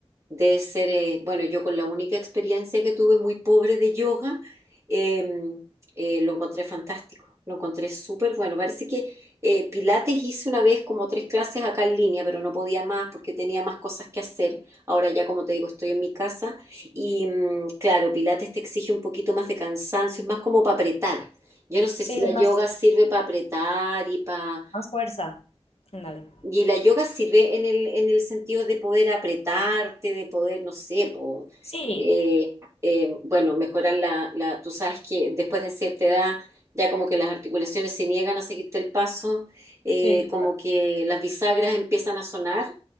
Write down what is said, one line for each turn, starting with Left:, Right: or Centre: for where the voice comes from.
Right: debe ser, eh, bueno, yo con la única experiencia que tuve muy pobre de yoga, eh, eh, lo encontré fantástico, lo encontré súper bueno. Parece que eh, Pilates hice una vez como tres clases acá en línea, pero no podía más porque tenía más cosas que hacer. Ahora ya, como te digo, estoy en mi casa y mm, claro, Pilates te exige un poquito más de cansancio, es más como para apretar. Yo no sé
Left: Sí,
Right: si la
Left: es
Right: yoga
Left: más,
Right: sirve para apretar y para
Left: más fuerza. Ándale.
Right: y la yoga sirve en el, en el sentido de poder apretarte, de poder, no sé, po,
Left: Sí,
Right: eh, eh, bueno, mejorar la, la, tú sabes que después de cierta edad ya como que las articulaciones se niegan a seguirte el paso, eh,
Left: Sí,
Right: como
Left: claro.
Right: que las bisagras empiezan a sonar